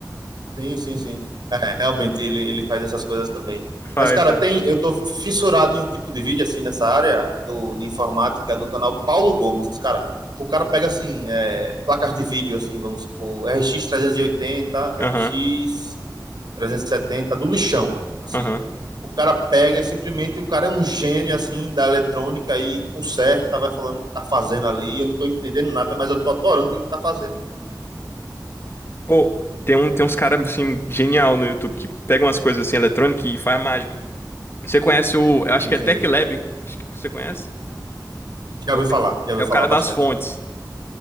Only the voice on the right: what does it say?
Sim, sim, sim. É, realmente, ele, ele faz essas coisas também.
Mas, cara,
tem, eu tô fissurado em um tipo de vídeo, assim, nessa área do, de informática, no canal Paulo Gomes, cara. O cara pega, assim, é, placas de vídeo, assim, vamos supor, RX 380, RX
trezentos e setenta do lixão, assim.
O cara pega e simplesmente o cara é um gênio assim da eletrônica e conserta, vai falando o que tá fazendo ali. Eu não tô entendendo nada, mas eu tô adorando o que ele tá fazendo.
Sim,
sim.
Já
ouvi
falar, já ouvi
falar
bastante.